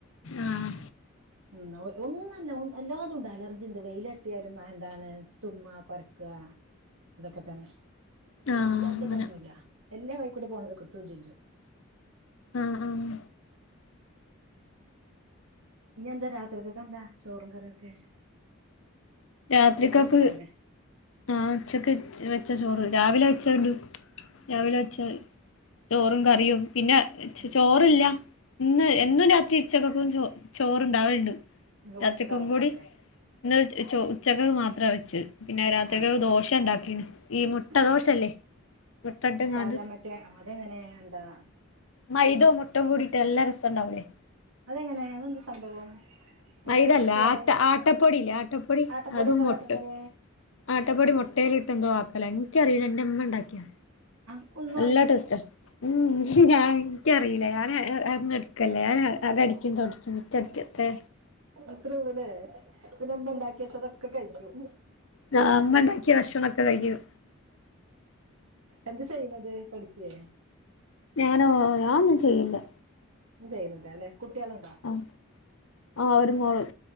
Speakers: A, on the left; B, on the right.
A: ആഹ്
B: ഉം ഒന്നല്ല അല്ലാതുണ്ട് അലർജിണ്ട് വെയിലട്ടിയാലും അഹ്‌ എന്താണ് തുമ്മ കൊരക്ക ഇതൊക്കെ തന്നെ
A: ആഹ്
B: ഇല്ലാത്തതൊന്നുല്ല
A: അങ്ങനെ
B: എല്ലാ വൈക്കൂടെ പോണത് കിട്ടും ചെജ്ജും
A: ആഹ് ആഹ്
B: ഇനി എന്ത രാത്രിക്കെക്കെന്താ ചോറും കറിയൊക്കെ
A: രാത്രിക്കെക്ക്
B: ഉച്ചക്ക് വെച്ചത് തന്നെ
A: ആഹ് ഉച്ചക്ക് വെച്ച ചോറ് രാവിലെ വച്ചേണ്ട് രാവിലെ
B: ഉം
A: വെച്ച ചോറും കറിയും പിന്നെ
B: ഉം
A: ചോറ് ഇല്ല ഇന്ന് എന്നും രാത്രി ഉച്ചക്കക്കും ചോ ചോറ്ണ്ടാവൽണ്ട്
B: ഇന്ന്
A: രാത്രിക്കും
B: കൊറച്ച് കുറവായില്ലേ
A: കൂടി ഇന്ന് ചോ ഉച്ചകക്ക് മാത്ര വെച്ച പിന്നെ രാത്രിക്കക്ക്
B: ആഹ്
A: ദോശണ്ടാക്കീണ് ഈ മുട്ട ദോശല്ലേ
B: ആഹ്
A: മുട്ട ഇട്ട്ങ്ങാണ്ട്
B: സാധാ മറ്റേ അതെങ്ങനെ എന്താ
A: മൈദേ മുട്ടകൂടിയിട്ട് നല്ല രസംണ്ടാവുലേ
B: അതെങ്ങനെ അതന്ത് സംഭവം അയിന്റെ
A: മൈദല്ല
B: റെസിപ്പി പറി
A: ആട്ട ആട്ടപ്പൊടില്ലേ
B: ആട്ടപ്പൊടി
A: അതും
B: എന്താ
A: മൊട്ടും
B: കാട്ടേണ്ടത്
A: ആട്ടപ്പൊടി മുട്ടേല്ട്ട് എന്തോ ആക്കല ഇൻക്കറീല ഇന്റെ ഇമ്മണ്ടാക്കിയാ.
B: അനക്കൊന്നും
A: നല്ല
B: അറിയില്ല
A: ടേസ്റ്റാ ഉം ഞാൻ ഇൻക്കറീല ഞാന് ഹ് അ അതൊന്നുട്ക്കല്ലെ ഞാൻ അകട് ക്കും തൊട്ക്കും മുറ്റ അടിക്കും അത്രെ
B: അത്രൊള്ളുലെ പിന്നെ ഇമ്മണ്ടാക്കിയച്ചതൊക്കെ കഴിക്കും
A: ഞ ഉമ്മ ഇണ്ടാക്കിയ ഭക്ഷണംക്കെ കഴിക്കും.
B: എന്ത ചെയ്യണത് പഠിക്കേ?
A: ഞാനോ ഞാനൊന്നും ചെയ്യില്ല.
B: ഒന്നും ചെയ്യുന്നില്ലാലേ കുട്ട്യാള് ഉണ്ടോ?
A: ഉം, ആ ഒരു മോള്.